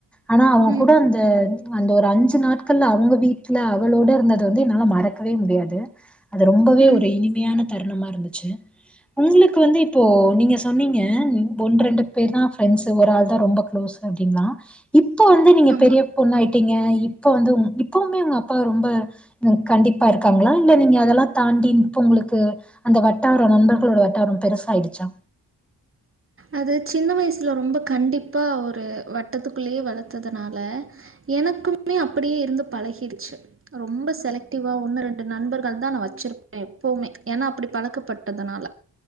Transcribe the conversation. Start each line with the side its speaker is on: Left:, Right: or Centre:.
Centre: ஆனா அவுங்க
Right: ம்,
Centre: கூட அந்த அந்த ஒரு அஞ்சு நாள் க்கல்ல அவுங்க வீட்டுல அவளோட இருந்தத வந்து என்னால மறக்கவே முடியாது அது ரொம்பவே
Right: ம்.
Centre: ஒரு இனி இனிமையான தருணமா இருந்துச்சு உங்களுக்கு வந்து இப்போ நீங்க சொன்னீங்க ஒன்னு ரெண்டு பேர் தா ஃப்ரெண்ட்ஸ்ஸு ஒரு ஆள் தா ரொம்ப க்ளோஸ் அப்டிங்களா இப்ப வந்து நீங்க
Right: ஆமா.
Centre: பெரிய பொண்ணாயிட்டீங்க இப்ப வந்து இப்பவுமே உங்க அப்பா ரொம்ப உ கண்டிப்பா இருக்காங்களா இல்ல நீங்க அதெல்லாம் தாண்டி இப்ப உங்களுக்கு அந்த வட்டாரம் நண்பர்களோட வட்டாரம் பெருசாயிடுச்சா
Right: அது சின்ன வயசுல ரொம்ப கண்டிப்பா ஒரு வட்டத்துக்குள்ளயே வளததுனால எனக்குமே அப்படியே இருந்து பழகிடுச்சு ரொம்ப செலக்டிவா ஒன்னு ரெண்டு நண்பர்கள் தா நான வச்சிருப்ப எப்போமே ஏனா அப்டி பழக்கப்பட்டதுனால